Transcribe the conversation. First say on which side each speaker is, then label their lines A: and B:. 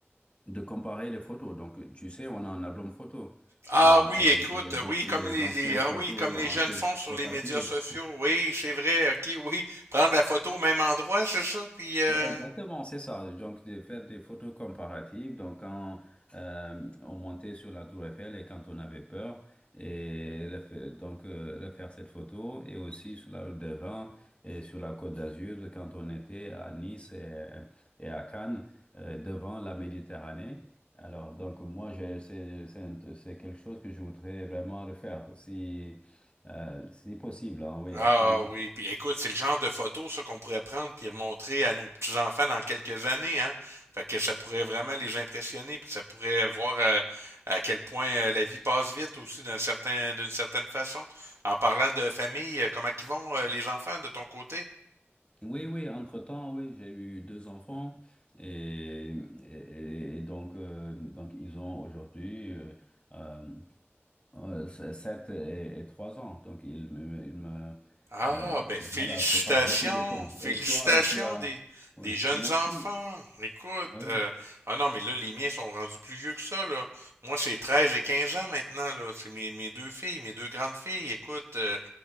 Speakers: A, on the left; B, on the right.
A: de comparer les photos. Donc, tu sais, on a un album photo
B: ah
A: euh,
B: oui,
A: avec
B: écoute,
A: les- beaucoup
B: oui, comme
A: les
B: les,
A: anciennes
B: les ah
A: photos
B: oui, comme les
A: hein,
B: jeunes
A: sur,
B: font sur
A: sur
B: les
A: papier.
B: médias sociaux, oui, c'est vrai, ok, oui, prendre la photo au même endroit, c'est ça, puis euh,
A: Exactement, c'est ça. Donc, de faire des photos comparatives. Donc, quand euh, on montait sur la Tour Eiffel et quand on avait peur, et refa- donc euh, refaire cette photo, et aussi sur la route des Vins et sur la Côte d'Azur, quand on était à Nice et, et à Cannes, euh, devant la Méditerranée. Alors, donc, moi, j'ai- c'est c'est un- c'est quelque chose que je voudrais vraiment refaire, si, euh, si possible, hein, oui,
B: Ah
A: absolument.
B: oui, puis écoute, c'est le genre de photo ça qu'on pourrait prendre puis montrer à nos petits-enfants dans quelques années, hein. Fait que ça pourrait vraiment les impressionner, puis ça pourrait voir euh, à quel point euh, la vie passe vite aussi d'un certain d'une certaine façon. En parlant de famille, euh, comment qu'ils vont euh, les enfants de ton côté?
A: Oui, oui, entre-temps, oui, j'ai eu deux enfants et, et- et donc, euh, donc ils ont aujourd'hui euh, euh, euh, sept et, et trois ans. Donc, ils me, ils me
B: Ah,
A: euh,
B: ben félicitations,
A: voilà, je passe beaucoup de temps.
B: félicitations
A: Et toi, tu as...
B: des,
A: Oui,
B: des jeunes
A: merci.
B: enfants. Écoute,
A: Oui.
B: euh, ah non, mais là, les miens sont rendus plus vieux que ça, là. Moi, c'est 13 et 15 ans maintenant, là. C'est mes, mes deux filles, mes deux grandes filles. Écoute, euh,